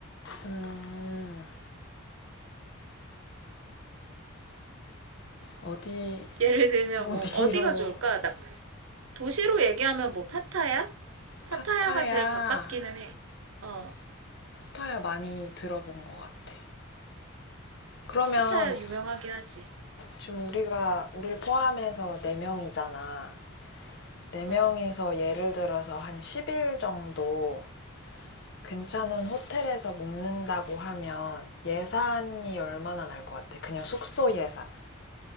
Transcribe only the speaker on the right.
예를 들면
뭐 어디가 좋을까? 나- 도시로 얘기하면 뭐 파타야? 파타야가
제일 가깝기는 해. 어,
파타야 유명하긴 하지.
어,